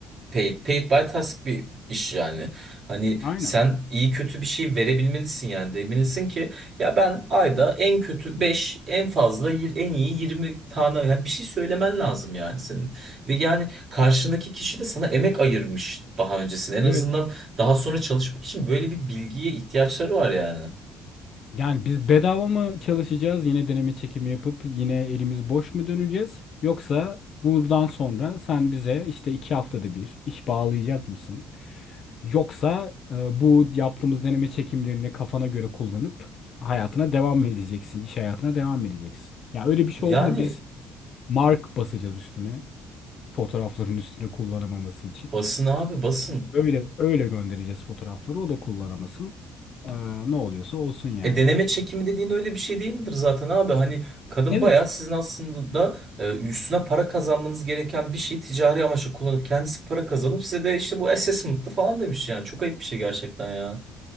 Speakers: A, on the right; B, on the left.
A: paid paid by task bir iş yani. Hani
B: Aynen.
A: sen iyi kötü bir şey verebilmelisin yani demelisin ki ya ben ayda en kötü 5 en fazla yir- en iyi 20 tane yani bir şey söylemen lazım yani senin. Ve yani karşındaki kişi de sana emek ayırmış daha öncesinde en
B: Evet.
A: azından daha sonra çalışmak için böyle bir bilgiye ihtiyaçları var yani.
B: Yani biz bedava mı çalışacağız? Yine deneme çekimi yapıp yine elimiz boş mu döneceğiz? Yoksa buradan sonra sen bize işte iki haftada bir iş bağlayacak mısın? Yoksa e, bu yaptığımız deneme çekimlerini kafana göre kullanıp hayatına devam mı edeceksin? İş hayatına devam mı edeceksin? Ya öyle bir şey
A: Yani
B: olduğunda biz mark basacağız üstüne. Fotoğrafların üstüne kullanamaması için.
A: Basın abi basın.
B: Öyle öyle göndereceğiz fotoğrafları. O da kullanamasın. Ee, ne oluyorsa olsun yani.
A: E deneme çekimi dediğin öyle bir şey değil midir zaten abi? Hani kadın
B: Evet.
A: bayağı sizin aslında da e, üstüne para kazanmanız gereken bir şey ticari amaçla kullanıp kendisi para kazanıp size de işte bu assessment'tı falan demiş yani. Çok ayıp bir şey gerçekten ya.